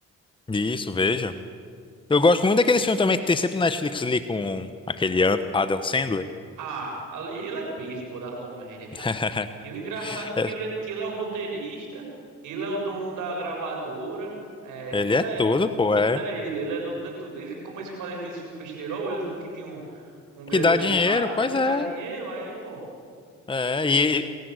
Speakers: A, on the left (about 15°); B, on the right (about 80°).
A: Isso, veja. Eu gosto muito daqueles filmes também que tem sempre na Netflix ali com aquele Ad- Adam Sandler.
B: Ah, ali ele é peso, pô, da comédia, cara.
A: <laughs>
B: E o engraçado é que
A: É,
B: ele, é- que ele é o roteirista, ele é o dono da gravadora, é,
A: Ele
B: tudo
A: é
B: é
A: tudo, pô,
B: tu- tudo
A: é.
B: é ele, ele é dono de tudo. Ele começou a fazer aquele filme besterol, ele viu que tinha um, um grande
A: Que dá
B: mercado,
A: dinheiro,
B: né,
A: pois
B: que
A: é.
B: dá dinheiro, aí, pô,
A: É, e...